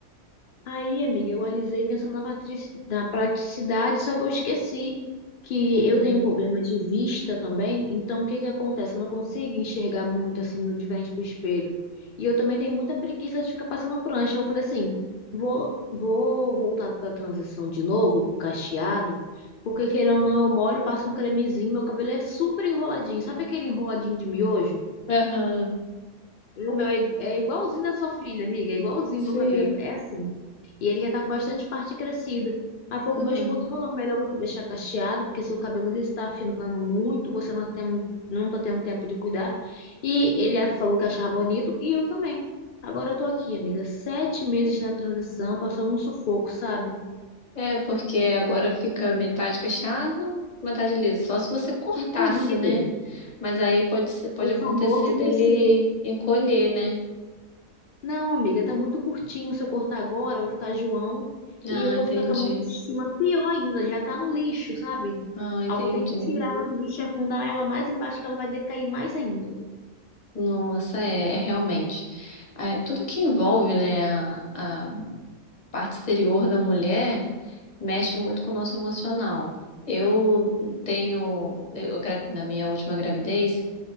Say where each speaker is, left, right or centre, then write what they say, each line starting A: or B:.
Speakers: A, on the left; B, on the left.
A: Aí, amiga, eu alisei pensando na, patrici- na praticidade, só que eu esqueci que
B: Uhum.
A: eu tenho problema de vista também. Então, o que que acontece? Eu não consigo enxergar muito assim no de frente pro espelho. E eu também tenho muita preguiça de ficar passando prancha. Eu falei assim, vou, vou voltar para a transição de novo, pro cacheado, porque querendo ou não, eu molho, passo um cremezinho, meu cabelo é super enroladinho. Sabe aquele enroladinho de miojo?
B: Aham.
A: O meu é, é igualzinho da sua filha, amiga, é igualzinho
B: Sim.
A: meu cabelo. É assim. E ele já tá com bastante parte crescida. Aí foi
B: Uhum.
A: o que meu esposo falou, melhor você deixar cacheado, porque seu cabelo liso tá afinando muito, você não tá tendo, não tá tendo tempo de cuidar. E ele a- falou que achava bonito, e eu também. Agora eu tô aqui, amiga, sete meses na transição, passando um sufoco, sabe?
B: É, porque agora fica metade cacheado, metade liso. Só se você cortasse,
A: Fica horrível.
B: né? Mas aí pode, ser- pode
A: O famoso
B: acontecer dele
A: BC.
B: encolher, né?
A: Não, amiga, tá muito curtinho. Se eu cortar agora, vai ficar João.
B: Ah,
A: E eu vou
B: entendi.
A: ficar com a minha autoestima pior ainda. Já tá no lixo, sabe?
B: Ah, entendi.
A: Aí eu vou ter que tirar ela do lixo e afundar ela mais embaixo, que ela vai decair mais ainda.
B: Nossa, é, é realmente. É, tudo que envolve, né, a, a parte exterior da mulher mexe muito com o nosso emocional. Eu tenho, eu gra- na minha última gravidez,